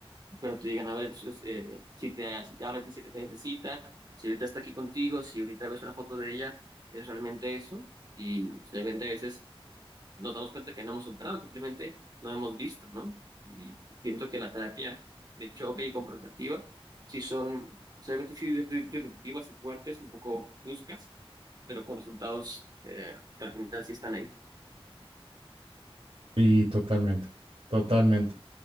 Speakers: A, on the right (about 45°); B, on the right (about 85°).
A: pero te digan, a ver, eso es, eh, si te, si te habla, te dice que te necesita, si ahorita está aquí contigo, si ahorita ves una foto de ella, es realmente eso. Y pues, realmente a veces nos damos cuenta que no hemos superado, simplemente no hemos visto, ¿no? Y siento que la terapia de choque y confrontativa sí son, posiblemente sí dis- disruptivas y fuertes, un poco bruscas, pero con resultados eh, que al final sí están ahí.
B: Y totalmente, totalmente.